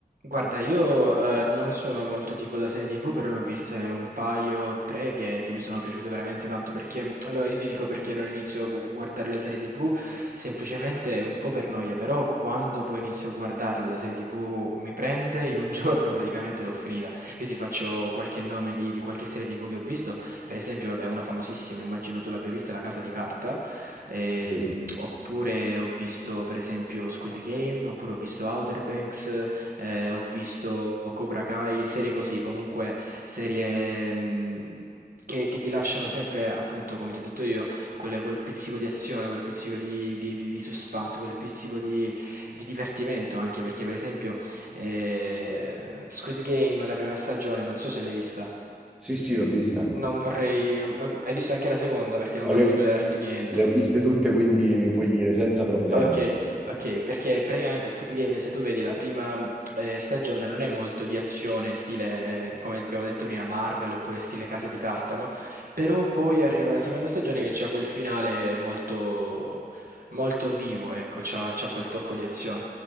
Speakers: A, on the right; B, in the centre.
A: Guarda, io, ehm, non sono molto tipo da serie TV, però ne ho viste un paio, 3 che che mi sono piaciute veramente tanto perché allora io ti dico perché non inizio a vu guardare le serie TV, semplicemente un po' per noia, però quando poi inizio a guardare la serie TV mi prende, in un <laughs> giorno praticamente l'ho finita. Io ti faccio qualche nome di di qualche serie TV che ho visto, per esempio vabbè una famosissima, immagino tu l'abbia vista, La Casa di Carta, ehm,
B: Sì,
A: oppure ho visto per esempio Squid Game, oppure ho visto Outer Banks, ehm, ho visto Cobra Kai, serie così, comunque serie, mhmm, che che ti lasciano sempre appunto, come ti ho detto io, quel quel pizzico di azione, quel pizzico di di di di suspense, quel pizzico di di divertimento anche, perché per esempio, ehm, Squid Game, la prima stagione, non so se l'hai vista.
B: sì, sì, l'ho vista.
A: Non vorrei non uhm, hai visto anche la seconda? Perché non
B: Ma
A: vorrei
B: le,
A: spoilerarti niente.
B: le ho viste tutte, quindi mi puoi dire senza problemi.
A: Okay, okay, perché praticamente Squid Game se tu vedi la prima, mhmm, ehm, stagione non è molto di azione stile, eh, come abbiamo detto prima, Marvel oppure stile Casa di Carta, no, però poi arriva la seconda stagione che c'ha quel finale molto molto vivo, ecco, c'ha c'ha quel tocco di azione.